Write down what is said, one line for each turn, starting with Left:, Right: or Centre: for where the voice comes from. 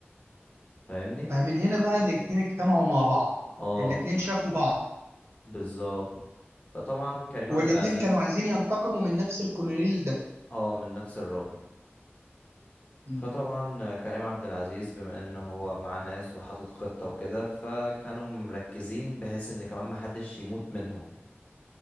Left: فاهمني
Right: فمن هنا بقى الاتنين اجتمعوا مع بعض
Left: اه
Right: الاتنين شافوا بعض
Left: بالظبط فطبعا كريم
Right: والاتنين
Left: عبد العزيز
Right: كانوا عايزين ينتقموا من نفس الكولونيل ده
Left: اه من نفس الراجل
Right: م.
Left: فطبعا كريم عبد العزيز بما ان هو معاه ناس وحاطط خطة وكده فكانوا مركزين بحيث ان كمان محدش يموت منهم